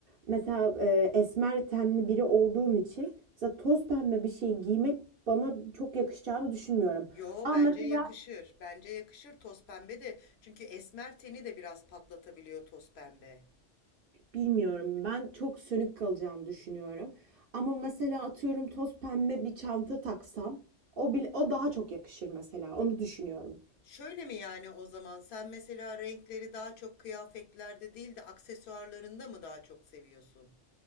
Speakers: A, on the right (about 60°); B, on the left (about 65°).
A: Mesela e, esmer tenli biri olduğum için mesela toz pembe bir şey giymek bana çok yakışacağını düşünmüyorum.
B: Yo
A: Ama
B: bence
A: mesela
B: yakışır. Bence yakışır toz pembe de. Çünkü esmer teni de biraz patlatabiliyor toz pembe.
A: bilmiyorum ben çok sönük kalacağını düşünüyorum. Ama mesela atıyorum toz pembe bir çanta taksam o bile, o daha çok yakışır mesela onu düşünüyorum.
B: Şöyle mi yani o zaman sen mesela renkleri daha çok kıyafetlerde değil de aksesuarlarında mı daha çok seviyorsun?